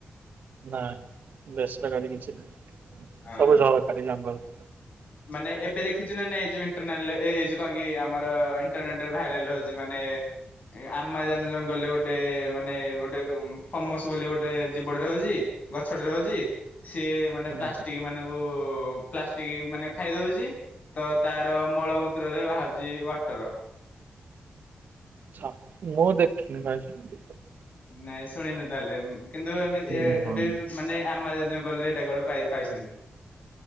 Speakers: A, on the right; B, on the left.
A: ନାଇଁ ବେସରକାରୀ କିଛି ନାହିଁ
B: ହଁ।
A: ସବୁ ସରକାରୀ ଜଙ୍ଗଲ।
B: ମାନେ ଏବେ ଦେଖିଛୁ ନା ନାଇଁ ଯୋଉ ଇଣ୍ଟରନାଲ୍ ଏଇ ଯୋଉ କଣ କି ଆମର ଇଣ୍ଟରନେଟ ରେ ଭାଇରାଲ ହଉଛି ମାନେ ଆମ୍ମାଜାନ ଜଙ୍ଗଲରେ ଗୋଟେ ମାନେ ଗୋଟେ ଫମସ ବୋଲି ଗୋଟେ ଜୀବ ଟେ ରହୁଛି ଗଛ ଟି ରହୁଛି ସିଏ ମାନେ
A: ହୁଁ
B: ପ୍ଲାଷ୍ଟିକ ମାନଙ୍କୁ ପ୍ଲାଷ୍ଟିକ ମାନେ ଖାଇଦଉଛି ତ ତାର ମଳମୂତ୍ରରେ ବାହାରୁଛି ୱାଟର।
A: ଆଛା ମୁଁ ଦେଖିନି ଭାଇ। ସେମିତି।
B: ନାଇଁ ଶୁଣିନୁ ତାହେଲେ କିନ୍ତୁ ଏମିତି
A: ହୁଁ
B: ଏବେ
A: ହଁ
B: ବି ମାନେ ଆମ ଜା ଗଲେ ଏଇଟା କେବଳ ପାଇ ପାଇଛନ୍ତି।